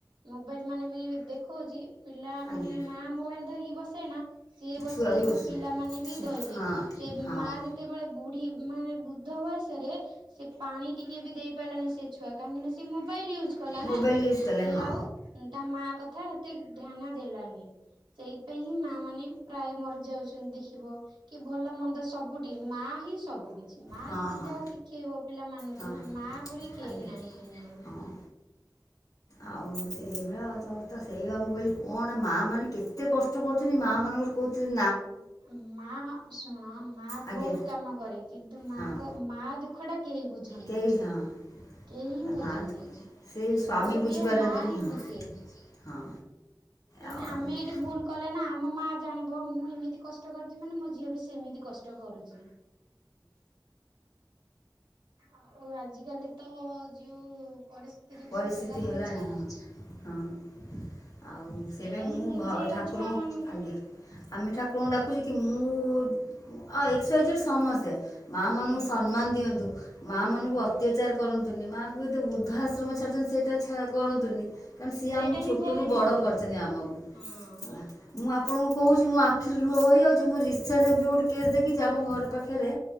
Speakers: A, on the right (about 85°); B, on the left (about 50°).
A: ମୋବାଇଲ୍ ମାନେ ବି ଏବେ ଦେଖୋଉଚି ପିଲା
B: ଆଜ୍ଞା
A: ମାନେ ମାଆ ମୋବାଇଲ୍ ଧରିକି ବସେନା ସିଏ ବସିଲା
B: ଛୁଆ ବି
A: ପୁଣି
B: ବସୁ
A: ପିଲାମାନେ ବି ଧୋଇଲେ,
B: ହଁ
A: ସେ
B: ହଁ
A: ମା ଯେତେବେଳେ ବୁଢୀ ମାନେ ବୁଦ୍ଧ ବୟସରେ ସେ ପାଣି ଟିକେ ବି ଦେଇ ପାଇଲାନି ସେ ଛୁଆ କାହିଁକି ନାଁ ସେ ମୋବାଇଲ୍ ୟୁ ଛ୍ କଲା
B: ମୋବାଇଲ୍
A: ନାଁ
B: ୟୁଜ୍ କଲେ
A: ସିଏ
B: ହଁ
A: ଆଉ ତା ମା କ ଥା ହେତେ ଧ୍ୟାନ ଦେଲାନି ସେଇଥିପାଇଁ ହିଁ ମାମାନେ ପ୍ରାୟ ମରିଯାଉଚନ୍ତି ଦେଖିବ। କି ଭଲ ମନ୍ଦ ସବୁଠି ମା ହିଁ ସବୁ ବି ଚି ମା
B: ହଁ
A: ଯଦି
B: ହଁ
A: ଯାହା ଶିଖେଇବ ପିଲାମାନଙ୍କୁ
B: ହଁ
A: ନାଁ ମା ଭରି କେହି
B: ଆଜ୍ଞା
A: ନାହିଁ ଦୁନିଆରେ।
B: ହଁ। ଆଉ ଏଇ ଭଳିଆ ତ ତ ସେଇବା ମୁଁ କହିଲି କଣ ମାମାନେ କେତେ କଷ୍ଟ କରୁଚନ୍ତି ମା ମାନଙ୍କର କୋଉଥିରେ
A: ଉଁ ମା ଶୁଣ ମା ଭୋଉତ୍
B: ଆଜ୍ଞା
A: କାମ କରେ କିନ୍ତୁ ମାଙ୍କ
B: ହଁ
A: ମା ଦୁଃଖଟା କେହି ବୁଝନ୍ତିନି
B: କେହି ହଁ
A: କେହିି
B: ମା
A: ବୁଝନ୍ତିନି
B: ସେଇ
A: କେ
B: ସ୍ୱାମୀ
A: ବଳ ଗୋଟିଏ
B: ବୁଝିପାରନ୍ତିନି
A: ମା ହିଁ
B: ହଁ
A: ବୁଝେ।
B: ହଁ
A: ମାନେ
B: ଆଉ
A: ଆମେ
B: ହୁଁ
A: ଏଇଠି ଭୁଲ କଲେ ନାଁ ଆମ ମା ଜାଣି ବ ମୁଁ ଏମିତି କଷ୍ଟ କରୁଚି ମାନେ ମୋ ଝିଅ ବି ସେମିତି କଷ୍ଟ କରୁଚି। ଆଉ ଆଜିକାଲି ତ ଯୋଉ ପରିସ୍ଥିତିରେ
B: ପରିସ୍ଥିତି
A: ଯୋଉ ପିଲାମାନେ
B: ହେଲାଣି
A: ଛାଡ଼।
B: ହଁ ହଁ। ଆଉ ସେଇପାଇଁ
A: ସେଇଟା
B: ମୁଁ
A: ହିଁ ବୁଝେଇବା
B: ଭ ଠାକୁରଙ୍କୁ
A: ଛୁଆ ମାନଙ୍କୁ।
B: ଆଜ୍ଞା ଆମେ ଠାକୁରଙ୍କୁ ଡାକୁଚି କି ମୁଁ ଅ ଏକ୍ସ ୱାଇ ଯେଡ୍ ସମସ୍ତେ। ମା ମାନଙ୍କୁ
A: ହୁଁ
B: ସମ୍ମାନ ଦିଅନ୍ତୁ ମା
A: ହୁଁ।
B: ମାନଙ୍କୁ ଅତ୍ୟାଚାର ପରନ୍ତୁ ନ୍ତୁନି ମାଙ୍କୁ ଏତେ ବୃଦ୍ଧ ଆଶ୍ରମ ଛାଡୁଚନ୍ତି ସେଇଟା କରନ୍ତୁନି। କାରଣ ସିଏ
A: ସେଇଟା
B: ଆମକୁ ଛୋଟରୁୁ
A: ହିଁ ବହୁତ
B: ବଡ
A: ଭୁଲ।
B: କରିଚନ୍ତି ଆମକୁ
A: ହଁ
B: ହେଲା। ମୁଁ ଆପଣଙ୍କୁ କହୁଚି ମୋ ଆଖିରୁ ଲୁହ ବହି ଆଉଛି ମୁଁ ରିସେଣ୍ଟ ଏବେ ଗୋଟେ କେସ୍ ଦେଖିଚି ଆମ ଘର ପାଖରେ